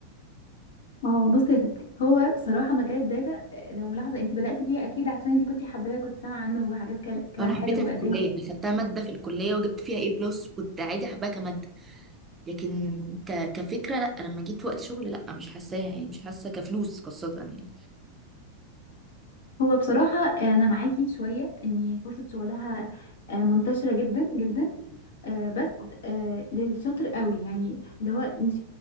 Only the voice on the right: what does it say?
انا حبيتها
في
الكلية
يعني خدتها مادة في الكلية وجبت فيها ايه بلس وكنت عادي حباها كمادة لكن ك... كفكرة لا لما جيت وقت شغل لا مش حاساها يعني مش حاسة كفلوس خاصة يعني